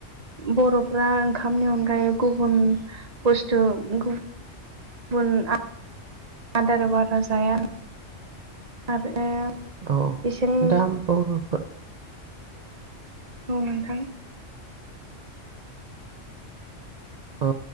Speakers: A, on the right; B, on the right.
A: बर'फ्रा ओंखामनि अनगायै गुबुन बुस्थु गुबुन <unintelligible> आदार बारा जाया आरो
B: औ
A: बिसोरनि
B: दा बर'फोर
A: औ नोंथां
B: औ